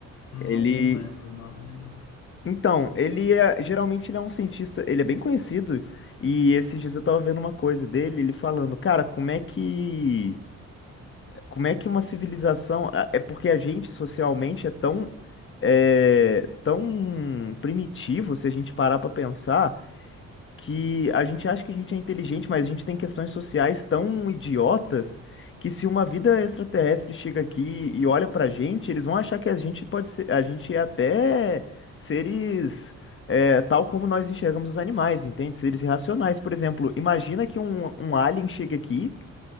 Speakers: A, on the left (about 75°); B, on the left (about 40°).
A: Não
B: Ele.
A: lembro o nome, não.
B: Então, ele é. Geralmente ele é um cientista. Ele é bem conhecido. E esses dias eu tava vendo uma coisa dele, ele falando, cara, como é que. Como é que uma civilização. a- É porque a gente socialmente é tão. É, tão primitivo, se a gente parar pra pensar. que a gente acha que a gente é inteligente, mas a gente tem questões sociais tão idiotas que se uma vida extraterrestre chega aqui e olha pra gente, eles vão achar que a gente pode ser, a gente é até seres é, tal como nós enxergamos os animais, entende? Seres irracionais, por exemplo. Imagina que um, um alien chega aqui